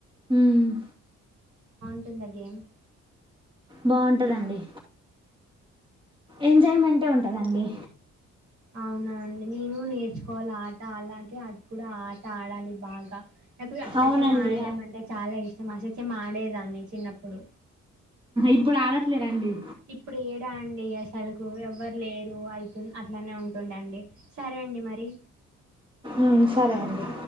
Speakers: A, on the right; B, on the right.
A: హమ్
B: <inaudible> గేమ్
A: బావుంటదండి ఎంజాయ్మెంటే ఉంటదండి
B: అవునాండి నేను నేర్చుకోవాలి ఆట అలాగే అది కూడా ఆట ఆడాలి బాగా నాకు అష్టా
A: అవునండి
B: చమ్మా ఆడడం అంటే చాలా ఇష్టం అ చెమ్మాడేదాన్ని చిన్నప్పుడు
A: ఇప్పుడు ఆడట్లేరండి
B: ఇప్పుడు ఏడా అండి అసలుకు ఎవ్వరు లేరు అయితు అట్లానే ఉంటుండేండి సరే అండి మరి
A: ఊమ్ సరే అండి